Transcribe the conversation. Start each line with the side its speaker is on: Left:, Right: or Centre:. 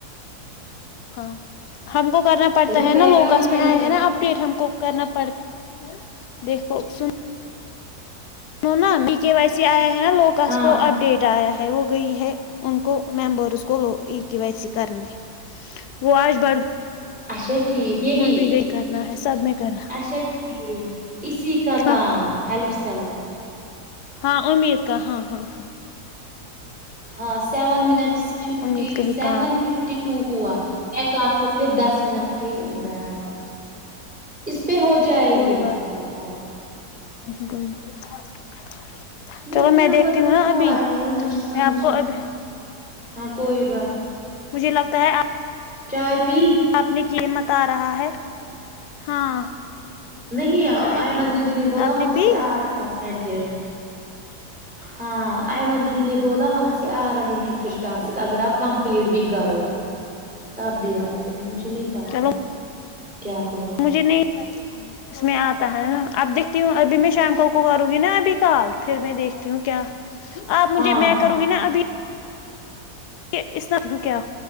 Left: ہاں ہم کو کرنا پڑتا
Centre: رکیا
Left: ہے نا لوگکس
Centre: کہاں
Left: میں
Centre: ہے
Left: آئے
Centre: رکیا
Left: ہیں نا اب اپیٹ ہم کو کرنا پڑتا دیکھو س نوا کے وائی سی آیا ہے نا لوکاس
Centre: ہاں
Left: کو اپ ڈیٹ یا ہے وہ گئی ہے ان کو ممبرس کو لو ا کی ویسی کرنے وہ آج بڑ
Centre: اچھا ٹھیک یہی
Left: گن بھی گئی کرنا ہے سب میں کرا
Centre: اچھا ٹھیک اسی کا
Left: ہاں
Centre: کام ہیلپ سیلپ
Left: ہاں امیر کا ہاں ہاں ہاں
Centre: ہاں سیون منٹس ففٹی
Left: امید کا ہی
Centre: سیون
Left: کام
Centre: ففٹی ٹو ہوا میں کافی پھر دس منٹ کے بیھ دس اس پہ ہو جائیں
Left: کوئی
Centre: گے
Left: بات
Centre: آپ کو اب
Left: نہیں کوئی <inaudible>
Centre: میرے
Left: میں
Centre: نمبر
Left: دیکھتی
Centre: کو
Left: ہوں نا
Centre: کیوں
Left: ابھی
Centre: آیا ہے مجھے سمجھے
Left: میں آپ کو ابھی
Centre: ہاں کوئی بات نہیں
Left: مجھے لگتا ہے
Centre: چائے پی
Left: آپ نے کی مت آ رہا ہے ہاں
Centre: نہیں آئمن
Left: چائے پی
Centre: دیدی نے بولا
Left: آپ
Centre: وہاں
Left: پی
Centre: سے آ رہا ہے پھر ہاں ایمن دیدی نے بولا وہاں سے آ رہے ہیں پھر ٹاسک اگر آپ کمپلیٹ بھی کرو تب بھی آتے ہیں مجھے نہیں پتا
Left: چلو
Centre: ہے کیا ہوا
Left: مجھے نہیں اس میں آتا ہے نا آپ دیک تی ہوں ابھی میں شام کو کو کروں گی نا ابھی کال پھر میں دیکھتی ہوں کیا آپ مجھے
Centre: ہاں
Left: میں کروں گی نا ابھی کہ اس کاو کیا